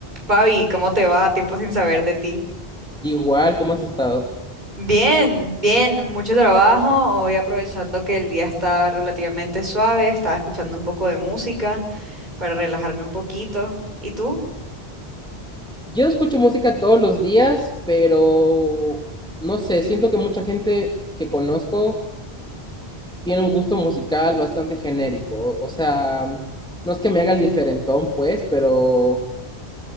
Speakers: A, on the right; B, in the centre.
A: Fabi, ¿cómo te va? Tiempo sin saber de ti.
B: Igual, ¿cómo has estado?
A: Bien, bien, mucho trabajo. Hoy aprovechando que el día está relativamente suave, estaba escuchando un poco de música para relajarme un poquito. ¿Y tú?
B: Yo escucho música todos los días, pero no sé, siento que mucha gente que conozco tiene un gusto musical bastante genérico. O sea, no es que me haga el diferentón, pues, pero